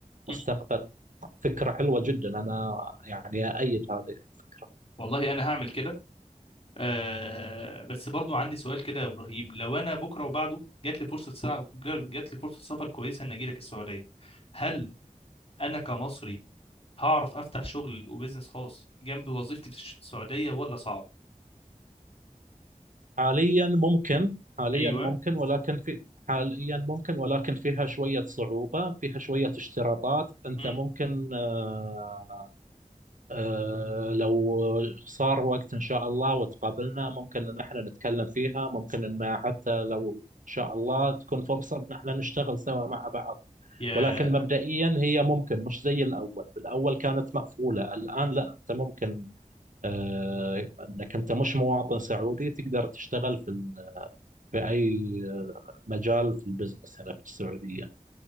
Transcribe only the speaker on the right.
المستقبل فكرة حلوة جدا أنا يعني أأيد هذه الفكرة
حاليا ممكن حاليا
ممكن ولكن في حاليا ممكن ولكن فيها شوية صعوبة فيها شوية اشتراطات أنت
ممكن آه، أه لو صار وقت إن شاء الله وتقابلنا ممكن إن احنا نتكلم فيها ممكن إن حتى لو إن شاء الله تكون فرصة إن احنا نشتغل سوا مع بعض
ولكن مبدئيا هي ممكن مش زي الأول بالأول كانت مقفولة الآن لا أنت ممكن أه إنك أنت مش مواطن سعودي تقدر تشتغل في ال- في أي آه، مجال في البزنس هنا في السعودية